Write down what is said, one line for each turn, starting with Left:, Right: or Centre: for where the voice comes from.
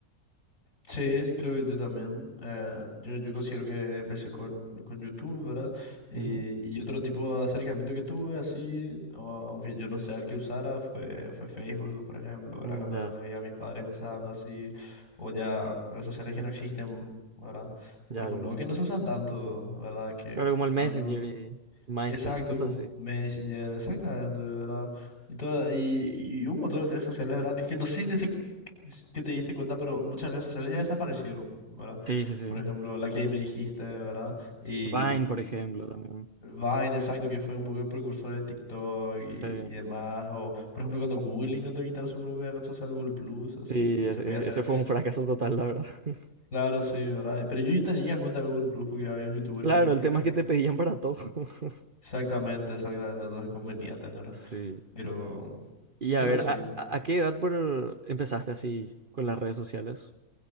Left: Sí, creo que yo también. eh, yo, yo considero que empecé con, con YouTube, ¿verdad? Y,
Right: Ujú.
Left: y otro tipo de acercamiento que tuve, así, o- aunque yo no sea el que usara, fue, fue Facebook, por ejemplo, ¿verdad?
Right: Mm,
Left: Cuando
Right: Ya,
Left: le vi a mis padres usando así, o ya redes sociales que no existen, ¿verdad?
Right: ya,
Left: Por ejemplo,
Right: ya. ya.
Left: o que no se usan tanto, ¿verdad? Que
Right: Claro, como el
Left: ahora
Right: Messenger
Left: mismo. no.
Right: y MySpace,
Left: Exacto,
Right: cosas
Left: como
Right: así.
Left: Messenger, exactamente, de ¿verdad? Y, toda, y, y un montón de redes sociales, ¿verdad? Es que no sé si te, diste- si, que te diste cuenta, pero muchas redes sociales ya desaparecieron, ¿verdad?
Right: Sí, sí, sí.
Left: Por ejemplo, la que me dijiste, ¿verdad? Y,
Right: Vine, por ejemplo,
Left: y
Right: también.
Left: Vine, exacto, que fue un poco el precursor de TikTok y,
Right: Sí.
Left: y demás. O, por ejemplo, cuando Google intentó quitar su propia red social, Google Plus, así
Right: Sí,
Left: que
Right: ese,
Left: se podía hacer.
Right: ese fue un fracaso total, la verdad. <laughs>
Left: Claro, sí, ¿verdad? Pero yo tenía cuenta de Google Plus porque había un youtuber
Right: Claro,
Left: que tenía.
Right: el tema es que te pedían para todo. <laughs>
Left: Exactamente, exactamente, entonces convenía tener.
Right: Sí.
Left: Pero,
Right: Y
Left: pero
Right: a ver,
Left: así.
Right: ¿a,
Left: ¿no?
Right: a- a qué edad por- empezaste así con las redes sociales?